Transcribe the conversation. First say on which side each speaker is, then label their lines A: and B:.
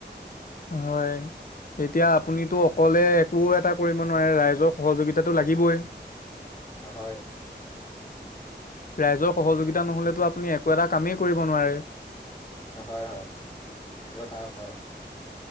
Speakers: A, on the left (about 50°); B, on the left (about 30°).
A: হয়! এতিয়া, আপুনিতো অকলে একো এটা কৰিব নোৱাৰে? ৰাইজৰ সহযোগিতা <unintelligible> লাগিবই।
B: হয়!
A: ৰাইজৰ সহযোগিতা নহ'লেতো, আপুনি একো এটা কামেই কৰিব নোৱাৰে?
B: হয়, হয়! এই কথা হয়।